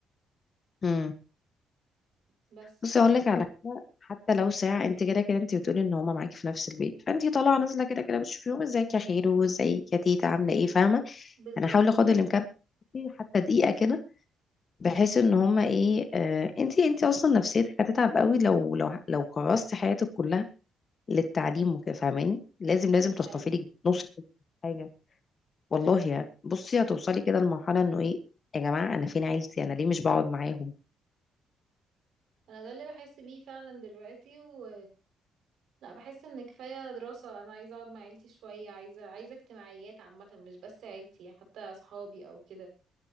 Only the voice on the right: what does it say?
بس
بالظبط
دي
حقيقة
انا ده اللي بحس بيه فعلا دلوقتي و لا بحس ان كفاية دراسة انا عايزة اقعد مع عيلتي شوية عايزة عايزة اجتماعيات عامة مش بس عيلتي حتى اصحابي او كده